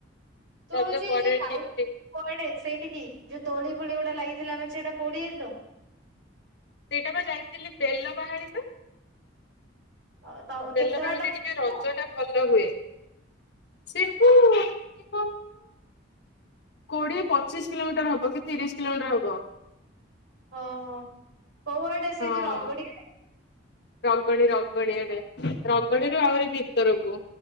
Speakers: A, on the right; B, on the left.
A: ତଛି
B: ରଜ ପରେ
A: ଯଉ ଚାଇ
B: ଠିକ
A: <unintelligible>
B: ଠିକ।
A: କୁଆଡେ ସେଇଠିକି ଯୋଉ ଦୋଳି ଫୋଳି ଗୁଟା ଲାଗିଥିଲା ମେଞ୍ଚେ ସେଟା କୋଇଠିକି ଯାଇଥିଲୁ?
B: ସେଇଟା ବା ଯାଇଥିଲି ବେଲ ବାହାଡି ପା।
A: ଅ, ତ କେତେ
B: ବେଲ ବାଳିରେ
A: ବାଟ ବୁଲିଥିଲ?
B: ଟିକେ ରଜ ଟା ଭଲ ହୁଏ, ସେଠୁ ମିନିମମ କୋଡିଏ ପଚିଶ କିଲୋମିଟର ହବ କି ତିରିଶ କିଲୋମିଟର ହବ।
A: ଓହୋ, କୋଉଆଡେ ସେଇ
B: ହଁ
A: ଯୋଉ ରଗଡି
B: ରଗଡି ର ଗଡି ଏଡେ ରଙ୍ଗଡିରୁୁ ଆହୁରି ଭିତରକୁ।